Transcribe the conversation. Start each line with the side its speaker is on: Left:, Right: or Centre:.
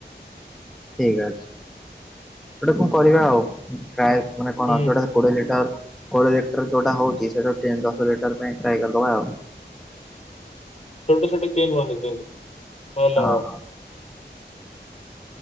Centre: ଠିକ୍ ଅଛି ଗୋଟା କଣ କରିବା ଆଉ ଟ୍ରାଏ ମାନେ କଣ
Left: ହୁଁ
Centre: ଯୋଉଟା
Left: ହୁଁ
Centre: କୋଡିଏ ଲିଟର କୋଡିଏ ଲିଟର ଯୋଉଟା ହଉଛି ସେଇଟାକୁ ଦଶ ଲିଟର ପାଇଁ ଟ୍ରାଏ କରିଦବା ଆଉ
Left: ଛୋଟ ଛୋଟ କେନ୍ ବନେଇଛନ୍ତି ଭଲ
Centre: ହଁ
Left: ହବ
Centre: ହଁ